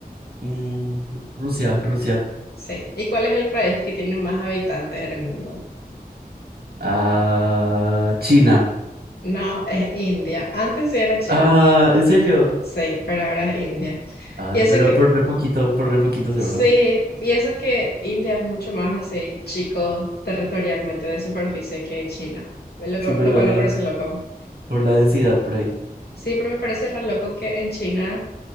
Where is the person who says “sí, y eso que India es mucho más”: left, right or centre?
Left